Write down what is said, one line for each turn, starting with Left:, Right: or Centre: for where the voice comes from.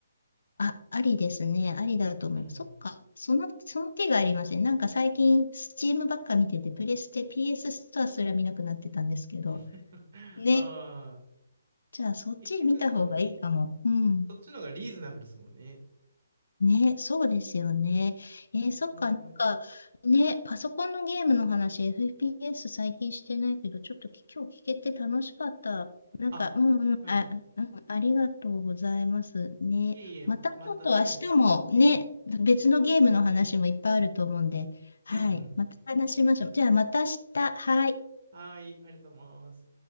Left: あ、ありですね。ありだと思う。
Right: うん。
Left: そっか。その、その手がありません。なんか最近、スチームばっか見てて、プレステ、PS スストアすら見なくなってたんですけど、
Right: <laughs>
Left: ね、
Right: ああ、
Left: じゃあ、そっち見た方がいいかも。
Right: 結局、
Left: うん。
Right: そっちの方がリーズナブルですもんね。
Left: ね、そうですよね。
Right: パソコン、
Left: えーそっか、なんか、
Right: はい。
Left: ね、パソコンのゲームの話、FPS 最近してないけど、ちょっとき今日聞けて楽しかった。なんか、
Right: あ、
Left: うんうん、
Right: はい。
Left: あ、うん、ありがとうございます。ね、
Right: いえいえ、
Left: またちょっと明日もね、
Right: また、はい。
Left: 別のゲームの話もいっぱいあると思うんで、はい、
Right: うんうん。
Left: また話しましょう。じゃあ、また明日、はい。
Right: はーい、ありがとうございます。